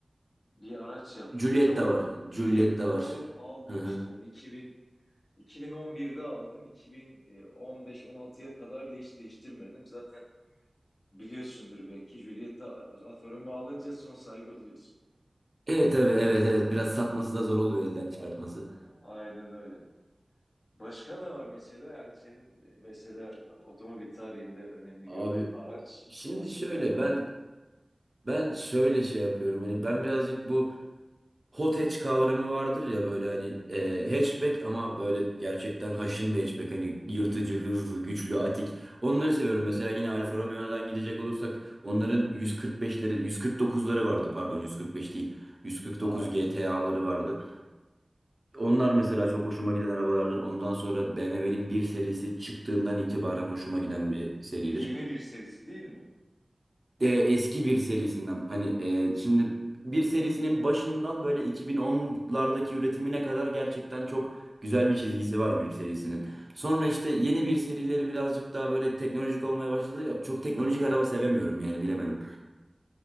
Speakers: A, on the left; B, on the right.
A: bir araç yaptı.
B: Giulietta
A: Çok
B: var. Giulietta
A: Giulietta.
B: var.
A: O aldım
B: Hı hı.
A: işte onu 2000 2011'de aldım. 2015-16'ya kadar da hiç değiştirmedim. Zaten biliyorsundur belki Giulietta Alfa Romeo alınca son sahibi oluyorsun.
B: Evet tabii evet evet biraz satması da zor oluyor elden çıkartması.
A: A- a- Aynen öyle. Başka ne var mesela? Yani senin mesela otomobil tarihinde önemli
B: Abi
A: gördüğün araç
B: şimdi
A: klasiklerden.
B: şöyle ben ben şöyle şey yapıyorum. Hani ben birazcık bu Hot hatch kavramı vardır ya böyle hani e, hatchback ama böyle gerçekten haşin bir hatchback hani yırtıcı,
A: Hı hı.
B: hızlı, güçlü, atik. Onları seviyorum. Mesela yine Alfa Romeo'dan gidecek olursak onların 145'leri, 149'ları vardı pardon 145 değil. 149
A: Aynen.
B: GTA'ları vardı. Onlar mesela çok hoşuma giden arabalardır. Ondan sonra BMW'nin bir serisi çıktığından itibaren hoşuma giden bir seridir
A: Bu yeni bir serisi değil mi?
B: e, eski bir serisinden hani e, şimdi bir serisinin başından böyle 2010'lardaki üretimine kadar gerçekten çok güzel bir çizgisi var bir serisinin.
A: Hı hı,
B: Sonra işte yeni bir serileri birazcık daha böyle teknolojik olmaya başladı. Ya, çok teknolojik araba sevemiyorum yani
A: hı
B: bilemedim.
A: hı,